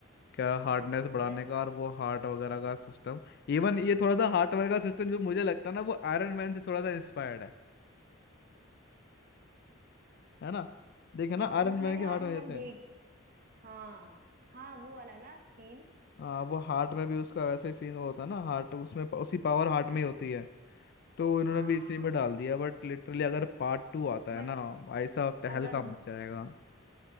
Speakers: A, on the left; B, on the right.
A: क्या
B: हाँ
A: हार्डनेस बढ़ाने
B: पूरा
A: का और वो हार्ट वगैरह का सिस्टम इवन ये थोड़ा सा
B: हाँ
A: हार्ट वगैरह का सिस्टम जो मुझे लगता है ना वो आयरन मैन से थोड़ा सा इंस्पायर्ड है है ना देखे ना
B: हाँ
A: आयरन
B: मैंने
A: मैन के
B: आयरन
A: हार्ट में जैसे
B: मैन देख
A: है
B: हाँ हाँ वो वाला ना सीन
A: हाँ वो हार्ट में भी उसका वैसा ही सीन होता है ना हार्ट उसमें उसी पावर हार्ट में
B: हम्म
A: ही होती है तो इन्होंने
B: हाँ
A: भी इसी में डाल दिया बट लिटरली अगर पार्ट टू आता
B: बट
A: है ना ऐसा तहलका
B: अगर
A: मच जाएगा